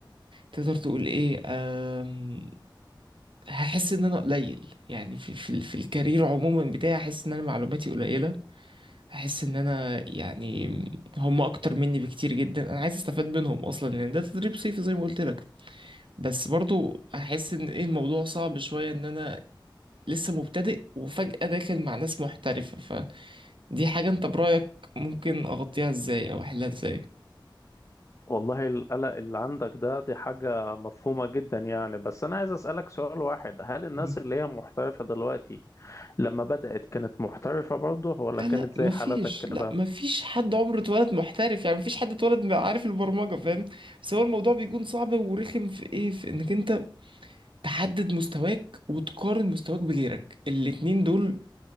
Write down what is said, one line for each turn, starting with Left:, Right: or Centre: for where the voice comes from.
Right: تقدر تقول ايه آم، هحس ان انا قليل يعني في في, ال- في الكارير عموما بتاعي هحس ان انا معلوماتي قليلة هحس ان انا يعني هم اكتر مني بكتير جدا انا عايز استفاد منهم اصلا لان ده تدريب صيفي زي ما قلت لك بس برضو احس ان ايه الموضوع صعب شوية ان انا لسه مبتدئ وفجأة داخل مع ناس محترفة فدي حاجة انت برأيك ممكن اغطيها ازاي او احلها ازاي
Left: والله القلق اللي عندك ده دي حاجة مفهومة جدا يعني بس أنا عايز أسألك سؤال واحد هل الناس
Right: مم.
Left: اللي هي محترفة دلوقتي لما بدأت كانت محترفة برضه ولا
Right: لا
Left: كانت
Right: لا
Left: زي
Right: مفيش
Left: حالتك
Right: لا
Left: كده؟
Right: مفيش حد عمره اتولد محترف يعني مفيش حد اتولد م- عارف البرمجة فاهم بس هو الموضوع بيكون صعب ورخم في ايه في انك انت تحدد مستواك وتقارن مستواك بغيرك الاتنين دول